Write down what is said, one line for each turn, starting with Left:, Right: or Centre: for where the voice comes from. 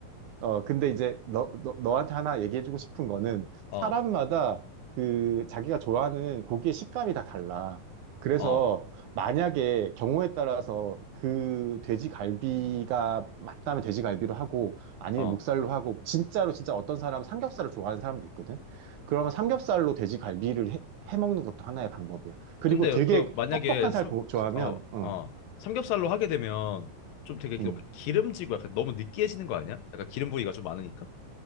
Right: 어, 근데 이제 너, 너, 너한테 하나 얘기해주고 싶은 거는
Left: 어.
Right: 사람마다 그 자기가 좋아하는 고기의 식감이 다 달라. 그래서
Left: 어,
Right: 만약에 경우에 따라서 그 돼지갈비가 맞다면 돼지갈비로 하고 아니면
Left: 어,
Right: 목살로 하고 진짜로 진짜 어떤 사람은 삼겹살을 좋아하는 사람도 있거든. 그러면 삼겹살로 돼지갈비를 해, 해 먹는 것도 하나의 방법이야. 그리고
Left: 근데
Right: 되게
Left: 그 만약에
Right: 뻑뻑한 살
Left: 삼,
Right: 고- 좋아하면
Left: 어,
Right: 어,
Left: 어, 삼겹살로 하게 되면 좀 되게 기-
Right: 음.
Left: 기름지고 약간 너무 느끼해지는 거 아니야? 약간 기름 부위가 좀 많으니까?